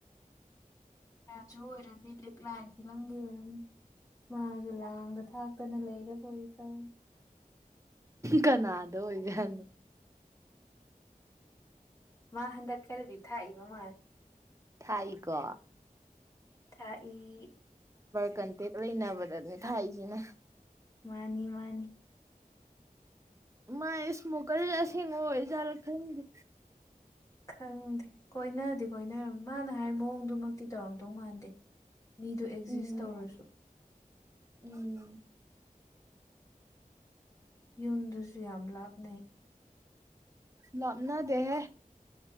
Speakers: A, on the left; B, on the right.
A: ꯑ <inaudible> ꯨꯆꯣꯏꯔꯕꯤ ꯂꯤꯛꯂꯥꯏ ꯐꯤꯂꯝꯒꯤ ꯑꯣꯏꯔꯝꯅꯤ ꯃꯥꯁꯨ ꯂꯥꯡꯗ ꯊꯥꯛꯇꯅ ꯂꯩꯔꯕꯣꯏ ꯇꯧꯔꯤ
B: ꯀꯅꯥꯗꯥ ꯑꯣꯏꯖꯅꯣ
A: ꯃꯥ ꯍꯟꯗꯛ ꯈꯔꯗꯤ ꯊꯥꯛꯏꯕ ꯃꯥꯜꯂꯦ
B: ꯊꯥꯛꯏꯀꯣ
A: ꯊꯥꯛꯏ
B: ꯀꯟꯇꯦꯛ ꯂꯩꯅꯕꯗꯅꯤ ꯊꯥꯛꯏꯁꯤꯅꯥ
A: ꯃꯥꯅꯤ ꯃꯥꯅꯤ
B: ꯃꯥꯥꯏ ꯏꯁꯃꯣꯀꯔ ꯑꯁꯦꯡꯕ ꯑꯣꯏꯖꯥꯠꯂ ꯈꯪꯗꯦ
A: ꯈꯪꯗꯦ ꯀꯣꯏꯅꯗꯤ ꯀꯣꯏꯅꯔꯝ ꯃꯥꯅ ꯍꯥꯏꯔꯤ ꯃꯑꯣꯡꯗꯨꯃꯛꯇꯤ ꯇꯧꯔꯝꯗꯧ ꯃꯥꯟꯗꯦ ꯃꯤꯗꯨ ꯑꯦꯛꯖꯤꯁ
B: ꯎꯝ
A: ꯇꯧꯔꯁꯨ
B: ꯎꯝ
A: ꯌꯨꯝꯗꯨꯁꯨ ꯌꯥꯝ ꯂꯥꯞ ꯅꯩ
B: ꯂꯥꯞꯅꯗꯦꯍꯦ